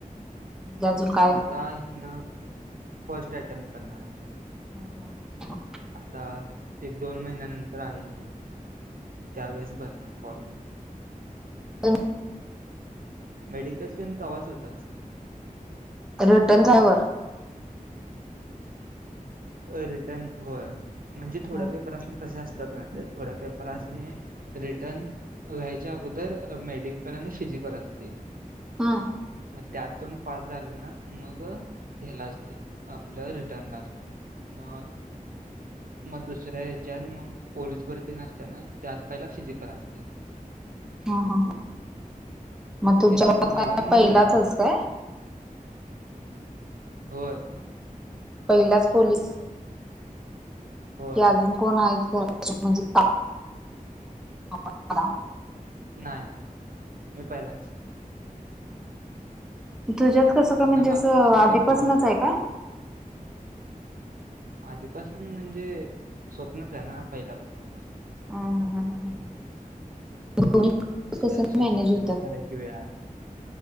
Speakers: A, in the centre; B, on the right.
A: म्हणजे अजून का
B: आता इथन फर्स्ट अटेम्ट करणार मी.
A: हम हम ह.
B: आता एक दोन महिन्यानंतर आहे आणि त्यावेेळेस भरणार फॉर्म.
A: <unintelligible>
B: मेडिकल तेन तवाच होतात सगळं.
A: रिटर्न <unintelligible>
B: रिटर्न होय म्हणजे थोड्या
A: ह
B: पेपरासनी कसे असतात माहित हाय थोड्या पेपरसनी रिटर्न व्हायच्या अगोदर मेडिकल आणि फिजिकल असते.
A: हा.
B: मग त्यातून पास झाला ना मग ह्याला असतय आपलं रिटर्न ला असतोय मग मग दुसऱ्या ह्याच्यात मग पोलीस भरती तेन असत्या ना त्यात पहिला फिजिकल असतय.
A: ह हा ह.
B: मग
A: तुमच्या
B: फिजिकल
A: घरात
B: झाल्यावर
A: काय
B: मग
A: पहिलाच
B: रिटर्न
A: आहेस
B: असतय
A: काय
B: होय.
A: पहिलाच पोलिस
B: होय
A: की अजून कोण आहेत घरा म्हणजे <unintelligible>
B: नाही नाही मी पहिलाच.
A: तुझ्यात कसं का म्हणजे
B: नाही बाकीचे
A: असं
B: सगळे
A: आधिपासनच
B: जॉबला
A: आहे
B: आहेत.
A: काय
B: बाहेर. आधीपासून म्हणजे स्वप्नच आहे ना पहिल्यापासून.
A: हा हा हा हा, दोन्ही
B: मग
A: कस
B: त्या स्वप्न
A: मॅनेज होत्यात?
B: <unintelligible>